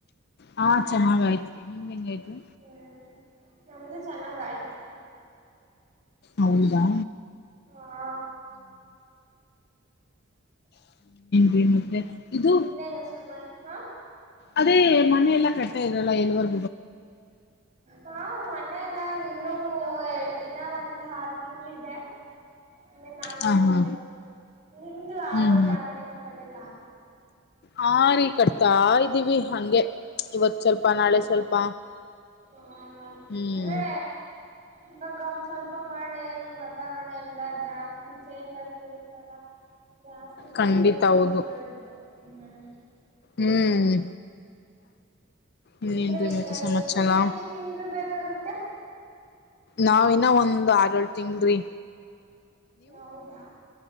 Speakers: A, on the left (about 55°); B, on the right (about 35°).
A: ಹಾ ಚೆನ್ನಾಗ ಆಯ್ತ್ರಿ ನಿಮ್ದ್ ಹೆಂಗಾಯ್ತು
B: ಹ್ಮ್ ನಮ್ದು ಚೆನ್ನಾಗಯ್ತು
A: ಹೌದಾ
B: ಹಾ
A: ಹಿ ಮತ್ತೆ ಇದು
B: ಇನ್ನೇನು ಸಮ ಹಾ
A: ಅದೇ ಮನೆ ಎಲ್ಲ ಕಟ್ಟ ಲ್ಲ ಎವರ್
B: ಹ ಮ ಮನೆ ಎಲ್ಲಾ ಇನ್ನುೂ ಇನ್ನ ಒಂದ್ ಆರು ತಿಂಗಗಳ ಇದೆ ಮೆನ್ ಆಾಗ
A: ಹಾ
B: ಹೋಗುತ್ತೆ.
A: ಹಾ
B: ನಿಮ್ದು
A: ಹ್ಮ್
B: ಆಗೋಯ್ತಾ ಮನೆ ಕೊಟ್ಟದೆಲ್ಲ
A: ಹಾ ರೀ ಕಟ್ತಾ ಇದ್ದೀವಿ ಹಂಗೆ, ಇವತ್ತು ಸ್ವಲ್ಪ
B: ಹೌದಾ
A: ನಾಳೆ ಸ್ವಲ್ಪ,
B: ಹಾ
A: ಹ್ಮ್
B: ಅಂದ್ರೆ ಇವಾಗ ಒ ಸ್ವಲ್ಪ ಮಳೆ ವಾತಾವರಣ ಎಲ್ಲಾ ಜಾಸ್ತಿ ಚೇಂಜ್ ಆಗ್ತಿರುತ್ತಲ್ಲ. ಜಾಸ್ತಿ
A: ಖಂಡಿತ
B: ಒಳಗಂದ್ರರು
A: ಹೌದು
B: ಒಳ್ಳ್ದಲ್ಲ, ಹ್ಮ್
A: ಹ್ಮ್ ಇನ್ನೇನ್ರಿ
B: ಅಂದ್ರೆ
A: ಮತ್ತೆ ಸಮಾಚಾರ
B: ಎಷ್ಟು ಇನ್ನ ಎಷ್ಟ್ ತಿಂಗಗಳು ಬೇಕಾಗುತ್ತೆ?
A: ನಾವ ನ ಒಂದ್ ಆರಏಳ್ ತಿಂಗಲ್್ರರಿ.
B: ಹೌದಾ